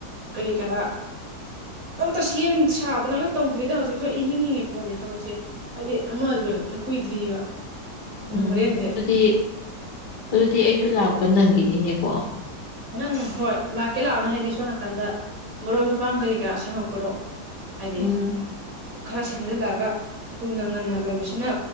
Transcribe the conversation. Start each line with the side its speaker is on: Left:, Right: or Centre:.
Right: ꯀꯔꯤ ꯀꯔꯥ ꯑꯝꯇ ꯁꯦꯝ ꯁꯥꯗꯅꯒ ꯇꯧꯗ꯭ꯔꯤꯗꯥ ꯍꯧꯖꯤꯛ ꯂꯣꯏ ꯏꯍꯤꯡ ꯍꯤꯡꯉꯤ ꯄꯣꯠꯅꯦ ꯊꯕꯛꯁꯦ ꯍꯥꯏꯗꯤ ꯑꯃ ꯂꯣꯏꯔꯛꯄꯩ ꯀꯨꯏꯗ꯭ꯔꯤꯕ ꯑꯗꯨꯅ
Left: ꯎꯝ
Right: ꯍꯣꯔꯦꯟꯁꯦ
Left: ꯑꯗꯨꯗꯤ ꯑꯗꯨꯗꯤ ꯑꯩꯁꯨ ꯂꯥꯛꯄ ꯅꯪꯒꯤꯅꯤꯅꯦꯀꯣ
Right: ꯅꯪ ꯍꯣꯏ ꯂꯥꯛꯀꯦ ꯂꯥꯛꯑꯣꯅꯦ ꯍꯥꯏꯗꯤ ꯁꯣꯟ ꯅꯥꯀꯟꯗ ꯃꯔꯣꯏ ꯃꯄꯥꯡ ꯀꯔꯤ ꯀꯔꯥ ꯁꯦꯝꯃꯛꯄꯗꯣ ꯍꯥꯏꯗꯤ
Left: ꯎꯝ
Right: ꯈꯔ ꯁꯦꯝꯖꯤꯜꯂꯛꯑꯒ ꯊꯨꯅ ꯉꯟꯅ ꯂꯣꯏꯕꯁꯤꯅ